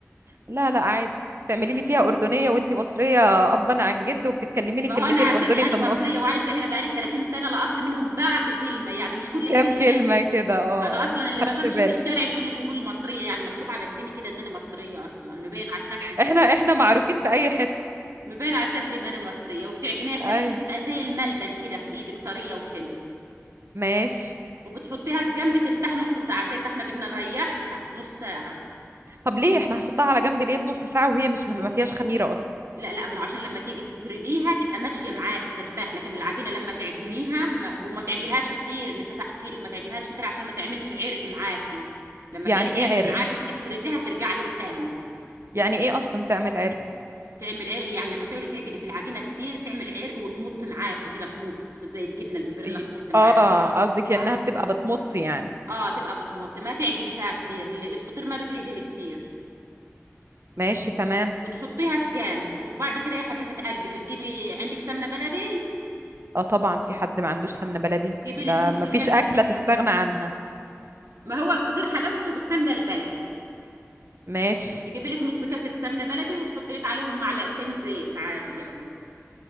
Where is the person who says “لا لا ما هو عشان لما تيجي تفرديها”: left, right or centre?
Right